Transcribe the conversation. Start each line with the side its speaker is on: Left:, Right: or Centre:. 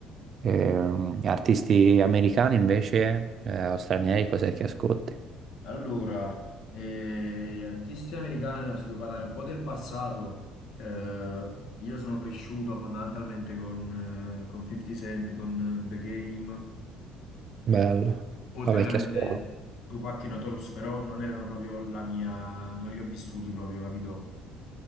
Right: Ehm, artisti americani invece, eh, o stranieri, cos'è che ascolti?
Left: Allora, eh, gli artisti americani, allora, se devo parlare un po' del passato, eh, io sono cresciuto fondamentalmente con, eh, con 50 Cent, con eh, The Game,
Right: Bello,
Left: oltre
Right: la vecchia
Left: ovviamente
Right: scuola.
Left: Tupac e Notorious, però non erano proprio la mia, non li ho vissuti proprio, capito?